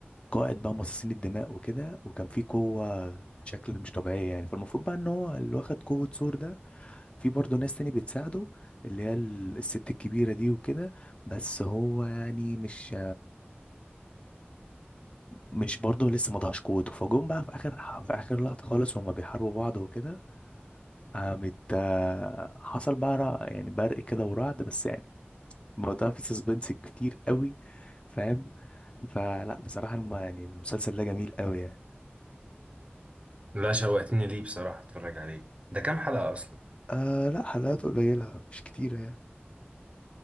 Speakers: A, on the left; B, on the right.
A: قائد بقى مصاصين الدماء وكده وكان في قوة بشكل مش طبيعية يعني فالمفروض بقى ان هو اللي واخد قوة ثور ده في برضه ناس تاني بتساعده اللي هي ال- الست الكبيرة دي وكده بس هو يعني مش مش برضه لسه ما ضاعش قوته فجم بقى في اخر في اخر لقطة خالص وهما بيحاربوا بعض وكده قامت آه، حصل بقى رع- يعني برق كده ورعد بس يعني الموضوع فيه سسبنس كتير قوي فاهم فلا بصراحة الم- يعني المسلسل ده جميل قوي يعني
B: لا شوقتني ليه بصراحة اتفرج عليه ده كام حلقة اصلا
A: آه لا حلقات قليلة مش كتيرة يعني